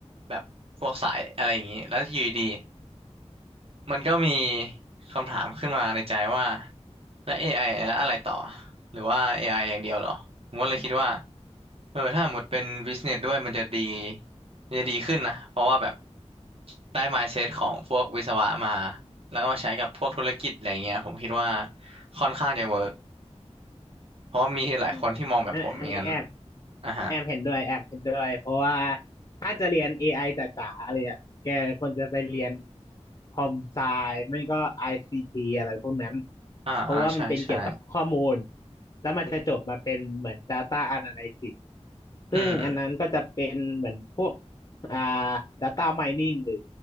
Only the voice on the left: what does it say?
อืมอันอันนี้แอบ
แอบเห็นด้วยแอบเห็นด้วยเพราะว่าถ้าจะเรียน AI จ๋าๆเลยอ่ะแกควรจะไปเรียนคอมไซไม่ก็ ICT อซีทีอะไรพวกนั้น
เพราะว่ามันเป็นเกี่ยวกับข้อมูลแล้วมันจะจบมาเป็นเหมือน Data Analysis ซึ่งอันนั้นก็จะเป็นเหมือนพวก
อ่า Data Mining หรือ